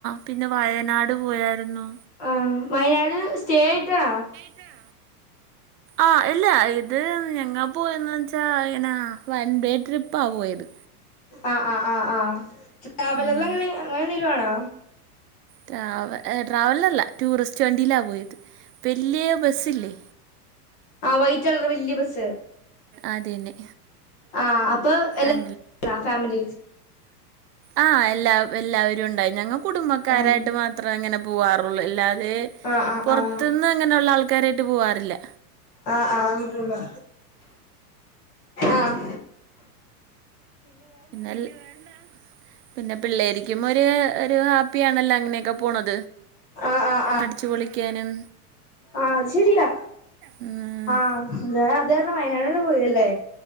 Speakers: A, on the right (about 75°); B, on the left (about 15°).
A: പിന്നെ വയനാട് പോയായിരുന്നു
B: ആഹ് വയനാട് സ്റ്റേ ആയിട്ടാ
A: ഇണ്ണ ആ ഇല്ല ഇത് ഞങ്ങൾ പോയെന്ന വെച്ചാൽ ഇങ്ങനെ വൺഡേ ട്രിപ്പാ പോയത്
B: ആ ആ ആ ആ് ട്രാവലറിനാണെ
A: ഉം
B: അങ്ങനെ എന്തെങ്കിലും ആണോ
A: ട്രാവ ട്രാവലില്ല ടൂറിസ്റ്റ് വണ്ടിയിലാ പോയത് വലിയ ബസ്സില്ലേ
B: ആഹ വൈറ്റ് കളർ വലിയ ബസ്
A: അതന്നെ
B: ആഹ അപ്പൊ എല്ലാ
A: ആഹ്
B: ഫാമിലി
A: ആഹ എല്ലാ എല്ലാവരും ഉണ്ടായി ഞങ്ങ കുടുംബക്കാരായിട്ട്
B: ആഹ്
A: മാത്ര അത്ര അങ്ങനെ പോവാറുള്ളൂ അല്ലാതെ
B: ആഹ്
A: പുറത്തുന്ന്
B: ആഹ്
A: അങ്ങനെയുള്ള ആൾക്കാരായിട്ട് പോവാറില്ല
B: ആഹ ആഹ് ആഹ
A: അൽ വെണ്ടാ പിന്നെ പിള്ളേരിക്കും ഒരു ഒരു ഹാപ്പിയാണല്ലോ അങ്ങനെയൊക്കെ പോണത്
B: ആഹ് ആഹ് ആഹ്
A: അടിച്ചു പൊളിക്കാനും
B: ആഹ അത് ശെരിയാ
A: ഉം ആഹ്
B: ആഹ അ അത് കാരണം വയനാടാണ് പോയതല്ലേ